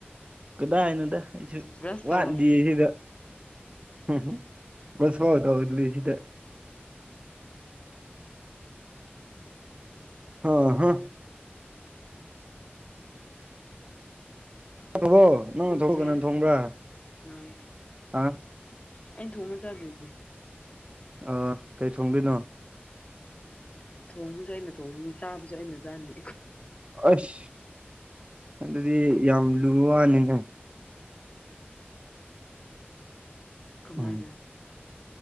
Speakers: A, on the right; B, on the left.
A: ꯀꯗꯥꯏꯅꯣꯗ ꯑꯩꯁꯨ
B: ꯕ꯭ꯔꯁ
A: ꯋꯥꯠꯗ
B: ꯇꯧꯔꯝ
A: ꯁꯤꯗ ꯎꯝꯝ ꯁ ꯐꯥꯎꯗꯗ ꯂꯤꯖꯤꯗ ꯍ ꯍ ꯆꯧꯕꯣ ꯅꯪ
B: ꯅꯪꯁꯦ
A: ꯊꯂꯛ ꯀꯩꯅ ꯊꯣꯡꯕ꯭ꯔꯥ
B: ꯎꯝ
A: ꯑ
B: ꯑꯩꯅ ꯊꯣꯡꯕ ꯆꯥꯗꯣꯏꯅꯦ
A: ꯑꯥ ꯀꯩ ꯊꯣꯡꯗꯣꯏꯅꯣ
B: ꯊꯣꯡꯕꯁꯨ ꯑꯩꯅ ꯊꯣꯡꯉꯅꯤ ꯆꯥꯕꯁꯨ ꯑꯩꯅ ꯆꯥꯅꯤ
A: ꯑꯁ ꯑꯗꯨꯗꯤ ꯌꯥꯝ ꯂꯨ ꯋꯥꯅꯤꯅꯦ
B: ꯀꯃꯥꯏꯅ
A: ꯎꯝ